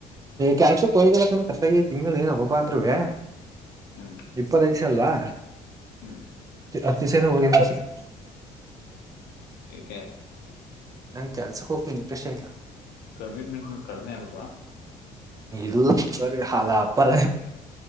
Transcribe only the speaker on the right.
ಕ್ಯಾಸಕ್ ಹಯಿಲ್ಲಾಕ ಕರ್ಸಾಗಿ ತಿಂ್ಗಳು ನೀಏನ ಹಬ್ಬಬ್ಬ ಅಂದ್ೂೆ
ಇಪ್ಪದ ಅಲ್ವಾ
ಅ ದಿಸೆ ಹೋಗಿದ್ದಾ
ನಂ ಕೆಲ್ಸಕ್ ಹೋಗಕ ಇಂಟ್ರೆಸ್ಟ್ ಯಲ್ಲ
ದು ಚಚ ಹಲಪ ಪವ